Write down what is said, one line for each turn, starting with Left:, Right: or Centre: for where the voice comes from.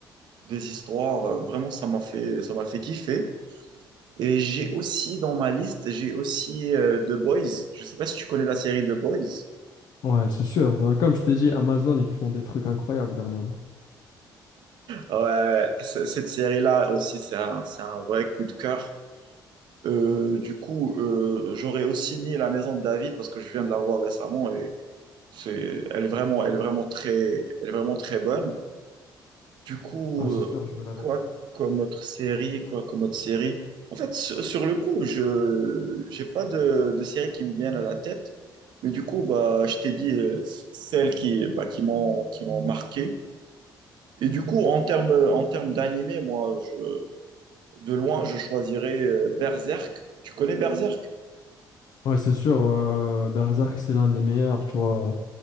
Right: des histoires, euh, vraiment, ça m'a fait, ça m'a fait kiffer. Et j'ai aussi dans ma liste, j'ai aussi euh, The Boys. Je sais pas si tu connais la série The Boys.
Left: Ouais, c'est sûr. Euh, comme je t'ai dit, Amazon, ils font des trucs incroyables dernièrement.
Right: Ouais, c- cette série-là aussi, c'est un, c'est un vrai coup de cœur. Euh, du coup, euh, j'aurais aussi mis La Maison de David parce que je viens de la voir récemment et C'est, elle est vraiment, elle est vraiment très, elle est vraiment très bonne. Du coup,
Left: Non, c'est
Right: euh,
Left: sûr, je veux la
Right: quoi
Left: vérité.
Right: comme autre série, quoi comme autre série. En fait, sur, sur le coup, je, j'ai pas de, de série qui me viennent à la tête. Mais du coup, bah, je t'ai dit euh, celles qui, bah, qui m'ont, qui m'ont marqué. Et du coup, en termes, en termes d'animé, moi, je, de loin, je choisirais euh, Berserk. Tu connais Berserk?
Left: Ouais, c'est sûr. euh, Berserk, c'est l'un des meilleurs, tu vois.